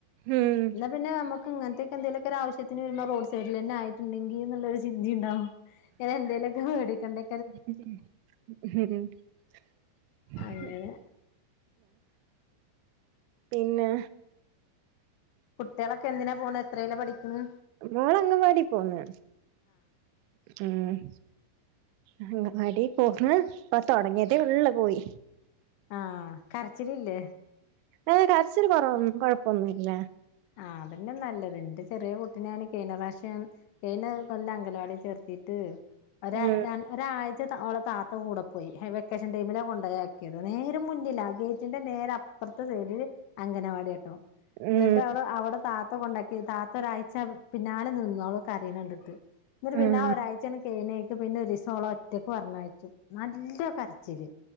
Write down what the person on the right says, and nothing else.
ഉം
ഉ
പിന്നെ
മോള് അങ്ങവാടി പോന്ന് ഉം അങ്ങവാടി പോക്ക്ന്ന്‌ ഇപ്പൊ തൊടങ്ങിയതേ ഒള്ള് പോയി
ഏ കരച്ചില് കൊറവു കൊഴപ്പൊന്നൂല്ല
ഉം
ഉം
ഉം